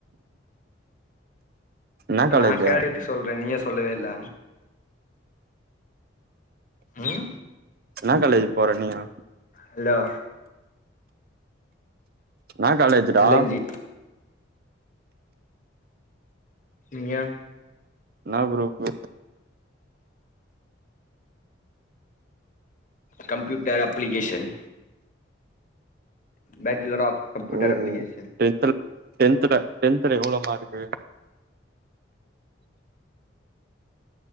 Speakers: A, on the right; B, on the left.
A: என்னா காலேஜு
B: நா கேட்டு சொல்ற நீயே சொல்லவே இல்ல ம்
A: என்னா காலேஜ் போற நீயு
B: ஹலோ
A: என்னா காலேஜ் டா
B: எல் என் ஜி நீயா
A: என்னா group
B: computer application bachelor of கம்ப்யூட்டர்
A: ஓ
B: அப்ளிகேஷன்
A: ஓ டென்த்ல டென்த்ல டென்த்ல எவ்ளோ மார்க்கு